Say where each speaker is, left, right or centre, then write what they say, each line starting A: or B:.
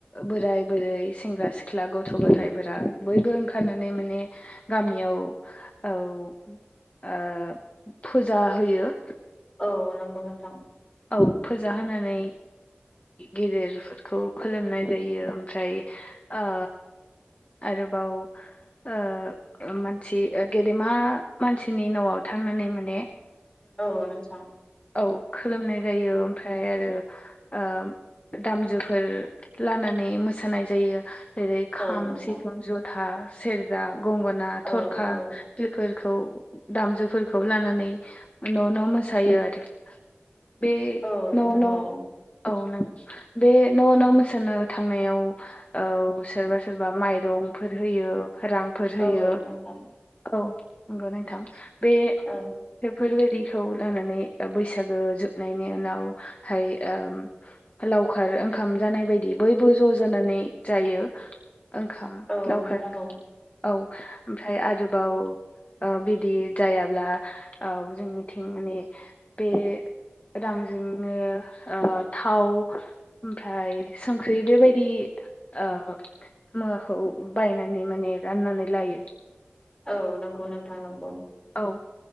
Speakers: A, on the left; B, on the left.
A: बोराय बोरै सेंग्रा सिख्ला गथ' गोथायफोरा बयबो ओंखारनानै माने गामियाव औ
B: <inaudible>
A: ओ फुजा होयो।
B: औ नंगौ नोंथां।
A: औ फोजा होनानै गेदेरफोरखौ खुलोमनाय जायो ओमफ्राय आ आरो बाव ओ मानसि गेदेमा मानसिनि नआव थांनानै माने
B: औ नोंथां
A: औ औ खो खुलुमनाय जायो ओमफ्राय आरो ओ दामजोफोर लानानै मोसायो नाय जायो। जेरै खाम
B: औ नोंथां
A: सिफुं जथा सेरजा गंगोना
B: औ
A: थरखा
B: औ
A: बेफोर खौ दामजुफोरखौ लानानै न न मोसायो आरो। बे
B: औ नोंथां
A: न न
B: औ
A: औ नगौ बे न' न' मोसानो थांनायाव औ सोरबा सोरबा माइरं फोर होयो। रांफोर होयो
B: औ नोंथां
A: औ नंगौ नोंथां बे
B: औ
A: बेफोरबायदि इखौ लानानै ओ बैसागो जोबनायनि उनावहाय ओ लावखार ओंखाम जानाय बायदि बयबो ज जानानै नानै जायो ओंखाम
B: औ
A: लावखार
B: नोंथां औ
A: औ ओमफ्राय आरोबाव ओ बिदि जायाब्ला औ जोंनिथिं माने बे रांजोंनो ओ थाव ओमफ्राय संख्रि बेबायदि ओ मुवाखौ बायनानै माने राननानै लायो।
B: औ नंगौ नोंथां नंगौ
A: औ